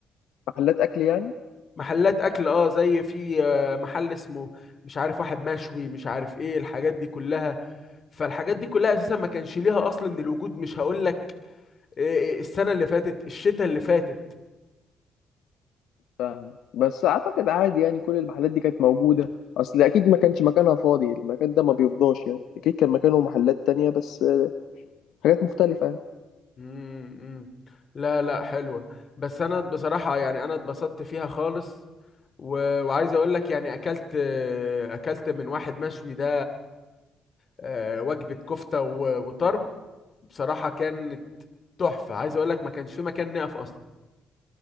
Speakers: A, on the left (about 80°); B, on the left (about 40°).
A: محلات اكل يعني
B: محلات اكل اه زي في آه، محل اسمه مش عارف واحد مشوي مش عارف ايه الحاجات دي كلها فالحاجات دي كلها اساسا ما كانش ليها اصل من الوجود مش هقول لك آه، آه، السنه اللي فاتت الشتاء اللي فاتت
A: فاهم بس اعتقد عادي يعني كل المحلات دي كانت موجوده اصل اكيد ما كانش مكانها فاضي المكان ده ما بيفضاش يعني اكيد كان مكانه محلات تانية بس حاجات مختلفة يعني.
B: امم لا لا حلوة بس انا بصراحة يعني انا اتبسطت فيها خالص و... وعايز اقول لك يعني اكلت اكلت من واحد مشوي ده آه، وجبة كفتة و- وطرب بصراحة كانت تحفة عايز اقول لك ما كانش في مكان نقف اصلا